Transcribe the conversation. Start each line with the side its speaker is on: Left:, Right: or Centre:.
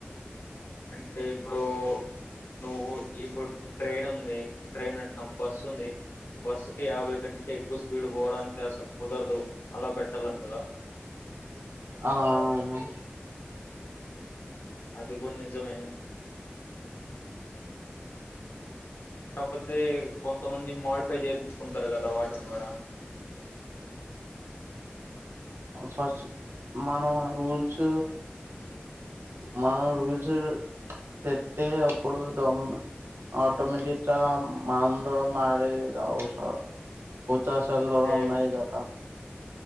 Left: అంటే ఇప్పుడు నువ్వు ఇప్పుడు ట్రైన్ ఉంది. ట్రైన్ అట్ బస్సు ఉంది బస్సు క యాభై గంటే ఎక్కువ స్పీడ్ పోడానికి అసలు కుదరదు అలా పెట్టాలంటారా
Right: ఆ అవును.
Left: అది కూడ్ నిజమే. కాకపోతే కొంత మంద్. మాడిఫై చేయించుకుంటారు కదా వాటిని కూడా
Right: ఫస్ట్ మనం రూల్స్ మనం రుచి తెత్తే అప్పుడు దమ్ అటోమేటిక్ మనంద మారేఔస చశలు
Left: అంటే
Right: దరంన్నా జదా